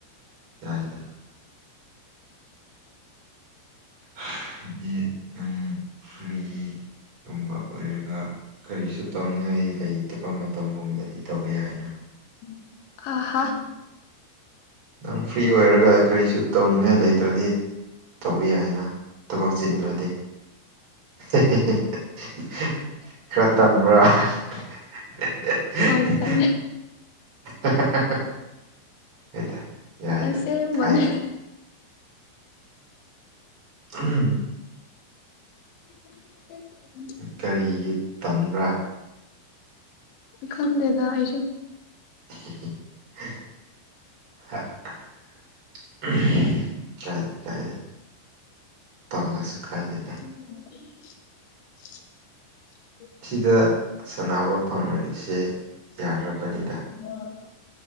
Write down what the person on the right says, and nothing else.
ꯌꯥꯏꯗ <unintelligible> ꯑꯩꯗꯤ ꯎꯝ ꯐ꯭ꯔꯤ ꯒꯨꯝꯕ ꯑꯣꯏꯔꯒ ꯀꯔꯤꯁꯨ ꯇꯧꯅꯤꯡꯉꯥꯏ ꯂꯩꯇꯕ ꯃꯇꯝꯒꯨꯝꯕꯗꯗꯤ ꯇꯧꯕ ꯌꯥꯏꯑꯦꯅ
ꯅꯪ ꯐ꯭ꯔꯤ ꯑꯣꯏꯔꯒ ꯀꯔꯤꯁꯨ ꯇꯧꯅꯤꯡꯉꯥꯏ ꯂꯩꯇ꯭ꯔꯗꯤ ꯇꯧꯕ ꯌꯥꯏꯑꯦꯅ ꯊꯕꯛ ꯆꯤꯟꯗ꯭ꯔꯗꯤ <unintelligible> ꯈꯔꯥ ꯇꯟꯕ꯭ꯔꯥ <unintelligible> <unintelligible>
<unintelligible> ꯌꯥꯏꯗ ꯌꯥꯏꯗ
ꯀꯥꯏꯗꯦ
ꯎꯝ,
ꯀꯔꯤꯒꯤ ꯇꯟꯕ꯭ꯔꯥ
<unintelligible> <unintelligible> ꯀꯥꯏꯗꯦ ꯀꯥꯏꯗꯦ ꯇꯜꯂꯁꯨ ꯀꯥꯏꯗꯦꯗꯥ
ꯁꯤꯗ ꯁꯥꯟꯅꯕ ꯐꯪꯔꯤꯁꯦ ꯌꯥꯔꯕꯅꯤꯗ